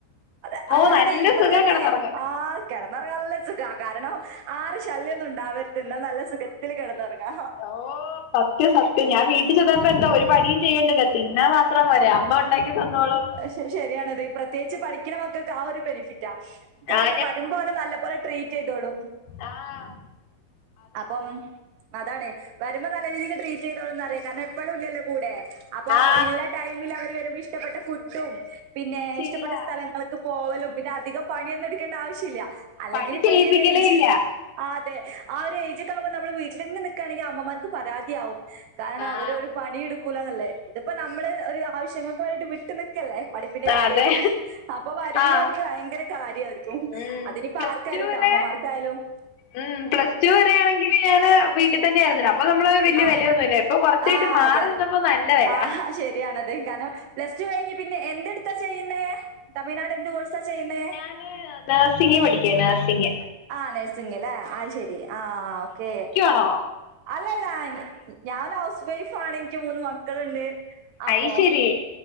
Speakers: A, on the right (about 80°); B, on the left (about 65°).
A: അത
B: ഓ
A: അതായത്
B: നല്ല
A: ഇപ്പൊ
B: സുഖാ
A: തന്നെ
B: കിടന്നുറങ്ങാൻ
A: ആഹ് കിടന്നുറങ്ങാല്ലോ, നല്ല സുഖാ കാരണം ആരെ ശല്യൊന്നും ഉണ്ടാാവരുത് ന്ന നല്ല സുഖത്തില് കിടന്നുറങ്ങാ
B: ഓഹ് സത്യം സത്യം ഞാൻ വീട്ടിൽ ചെന്നപ്പോ എന്താ ഒരു പണിയും ചെയ്യേണ്ട തിന്നാൻ മാത്രം വരെ അമ്മ ഉണ്ടാക്കി തന്നോളൂ.
A: അഹ് ശരി ശരിയാണത് പ്രത്യേകിച്ച് പഠിക്ണ മക്കൊക്ക ആ ഒരു ബെനിഫിറ്റാ. കാരണം
B: ആ
A: വരുമ്പോലെ നല്ല പോലെ ട്രീറ്റ്യ്തോളും
B: ആഹ്
A: അപ്പം അതാണ് വരുമ്പോ നല്ല രീതിക്ക് ട്രീറ്റ്യ്തോളുംന്നറിയാ കാരണം എപ്പഴുംല്ലല്ലോ കൂടെ, അപ്പൊ
B: ആ
A: ഇള്ള ടൈമിൽ അവർ വരുമ്പോ ഇഷ്ടപ്പെട്ട ഫുഡും, പിന്നെ
B: ശരിയാ
A: ഇഷ്ടപ്പെട്ട സ്ഥലങ്ങൾ ഒക്കെ പോകലും പിന്നെ അധികം പണിയൊന്നും എടുക്കേണ്ട ആവശ്യല്ല അല്ലെങ്കിൽ
B: പണി
A: ഇപ്പൊ
B: ചെയ്യിപ്പിക്കലേ
A: ഈ ഒരു ഏജ്
B: ഇല്ല
A: ആഹ് അതെ ആഹ് ഒരു ഏജക്കെ. ആഉമ്പോ നമ്മള് വീട്ടിൽ തന്നെ നിക്കുകയാണെങ്കി അമ്മമാർക്ക് പരാതിയാവും. കാരണം
B: ആഹ്
A: അവര് ഒരു പണിയെടുക്കൂലന്നല്ലേ ഇതിപ്പോ നമ്മള് ഒരു ആവശ്യങ്ങൾക്ക് വേണ്ടിട്ട് വിട്ടു നിൽക്കല്ലേ പഠിപ്പിന്റെ കാര്യയിട്ട്
B: അതെ
A: അപ്പൊ വരുമ്പോ
B: ആഹ്
A: ഒരു ഭയങ്കര കാര്യയിരിക്കും,
B: ഉം
A: അതിനിപ്പോ
B: പ്ലസ്
A: ആർക്കായാലും
B: ടു വരെ
A: ട്ടോ, അമ്മമാർക്കായാലും
B: ഉം പ്ലസ് ടു വരെ ആണെങ്കില് ഞാന് വീട്ടിൽ തന്നെയായിരുന്നല്ലോ അപ്പൊ ഞമ്മള് വല്യ
A: ആഹ്
B: വെലയൊന്നുല്ല, ഇപ്പൊ കൊറച്ചായിട്ട്
A: ആഹ്
B: മാറി
A: അതെ
B: നിന്നപ്പോ നല്ല വെല
A: ആഹ് ശരിയാണത് കാരണം പ്ലസ്ടു കഴിഞ്ഞാ പിന്നെ എന്തെടുത്താ ചെയ്യുന്നെ, തമിഴ്നാട് എന്ത് കോഴ്സാ ചെയ്യുന്നേ
B: ഞാന് നഴ്സിംഗ് പഠിക്കാ നഴ്സിംഗ്
A: ആ നഴ്സിംഗ് അല്ലേ അത് ശരി ആ ഓക്കേ
B: ആണോ
A: അല്ലല്ല ഞാൻ ഒരു ഹൗസ് വൈഫ് ആണ് എനിക്ക് മൂന്ന് മക്കളുണ്ട് അപ്പോ
B: അയ്ശരി